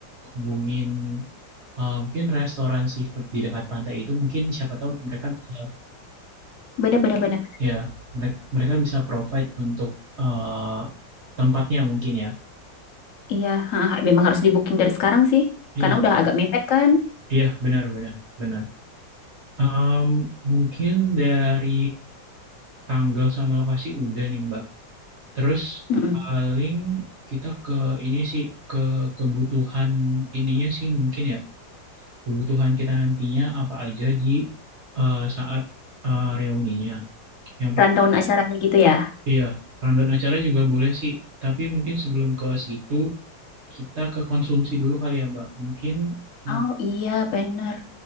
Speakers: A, on the right; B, on the left.
A: hubungin eh, mungkin restoran seafood di dekat pantai itu mungkin siapa tahu mereka bisa
B: Bener-bener. bener. bener, bener.
A: ya mere- mereka bisa provide untuk eh, tempatnya mungkin ya.
B: Iya, ha, ha, memang harus di booking dari sekarang sih,
A: Iya,
B: karena udah agak mepet kan.
A: iya benar benar benar. Em, mungkin dari tanggal sama lokasi udah nih Mbak. Terus
B: Mm-mm.
A: paling kita ke ini sih ke kebutuhan ininya sih mungkin ya kebutuhan kita nantinya apa aja di eh, saat eh, reuninya. Yang per
B: Rundown acaranya gitu ya.
A: iya, rundown acara juga boleh sih, tapi mungkin sebelum ke situ Kita ke konsumsi dulu kali ya, Mbak. Mungkin mm,
B: Oh iya, bener.